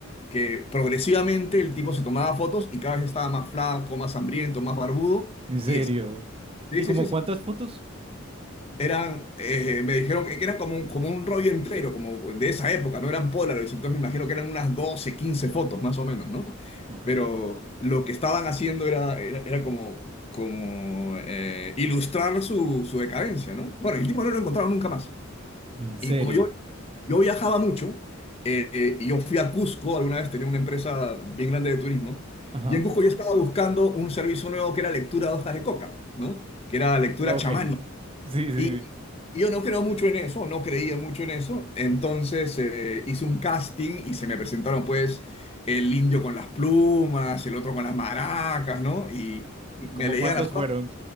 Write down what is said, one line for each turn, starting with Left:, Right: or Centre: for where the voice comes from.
Left: que progresivamente el tipo se tomaba fotos y cada vez estaba más flaco, más hambriento, más barbudo
Right: ¿En serio?
Left: y es- sí,
Right: ¿Y
Left: sí,
Right: como
Left: sí, sí.
Right: cuántas fotos?
Left: Eran, eh, me dijeron que que era como un, como un rollo entero, como de esa época, no eran Polaroids, entonces me imagino que eran unas 12 15 fotos más o menos, ¿no?
Right: Ok.
Left: Pero lo que estaban haciendo era, era, era como, como eh, ilustrar su, su decadencia, ¿no? Bueno, el tipo no lo encontraron nunca más.
Right: ¿En
Left: Y
Right: serio?
Left: como yo, yo viajaba mucho, eh, eh, y yo fui a Cusco, alguna vez tenía una empresa bien grande de turismo,
Right: Ajá.
Left: y en Cusco yo estaba buscando un servicio nuevo que era lectura de hojas de coca, ¿no? Que era lectura
Right: Ok.
Left: chamánica
Right: <laughs> Sí, sí,
Left: Y,
Right: sí.
Left: y yo no creo mucho en eso, no creía mucho en eso. Entonces eh, hice un casting y se me presentaron pues el indio con las plumas, el otro con las maracas, ¿no? Y, y me
Right: ¿Cómo
Left: leían
Right: cuántos
Left: las
Right: fueron?
Left: hojas,